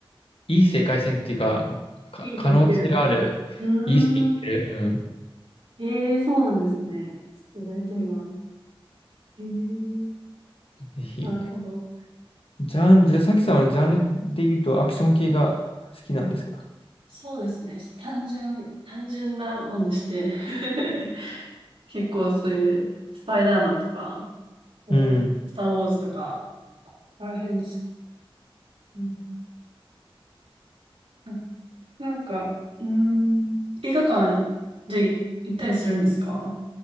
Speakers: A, on the left; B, on the right.
A: いい世界線っていうか、か可能性がある、
B: いい線いってるんですね。うーん、
A: いい線いってる。うん。
B: ええそうなんですね。ちょっとやってみます。ええ
A: ぜひ。
B: なるほど。
A: ジャン、じゃあ、さきさんはジャンルで言うとアクション系が好きなんですか
B: そうですね。単純、単純なもんでして。<laughs> 結構そういうスパイダーマンとか、こうスター・
A: うん。
B: ウォーズとか、そこら辺です。うん、なんか、なんかうーん、映画館、じゃあい行ったりするんですか